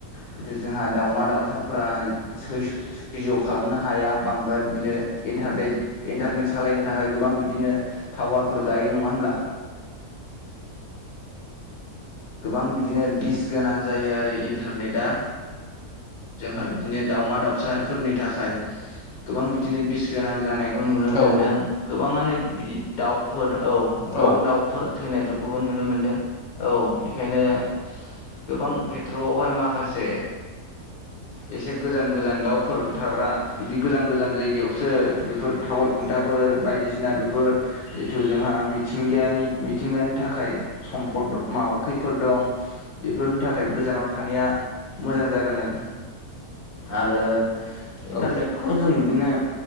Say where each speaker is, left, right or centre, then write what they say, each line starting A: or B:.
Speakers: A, on the left; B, on the left.
A: जिथु जोंहा दाउमा दाउसाफ्रा सैज' खालामनो हाया बांद्राय बिदिनो इन्टारनेट इन्टारनेट सालायनो थाखाय गोबां बिदिनो टावारफोर गायो नङा होनब्ला गोबां बिदिनो बिस गोनां जायो आरो इन्टारनेटआ जोंहा बिदिनो दाावमा दाउसाफोरनि थाखाय गोबां बिदिनो बिस गोनां जानाय नुनो
B: औ
A: मोनदों गोबाङानो बिदि दाउफोर औ गोबां
B: औ
A: दाउफोर थैनायफोरखौबो नुनो मोन्दों औ बेखायनो गोबां खेथ्रआवहाय माखासे एसे गोजान गोजान दाउफोर थाग्रा बिदि गोजान गोजान जायगायावसो बेफोर टावार खुन्थाफोर बायदिसिना बेफोर जिथु जोंहा मिथिंगा मिथिंगानि थाखाय सम्पद माबा खैफोद दं बेफोरनि थाखाय गोजानाव थानाया मोजां जागोन आरो आरो इन्टारनेटखौ
B: औ
A: जों बिदिनो